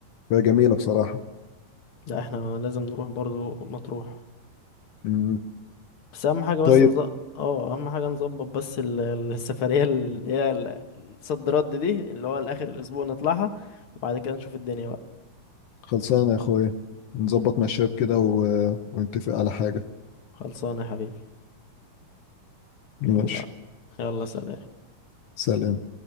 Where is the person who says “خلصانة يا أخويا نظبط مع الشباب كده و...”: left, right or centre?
Left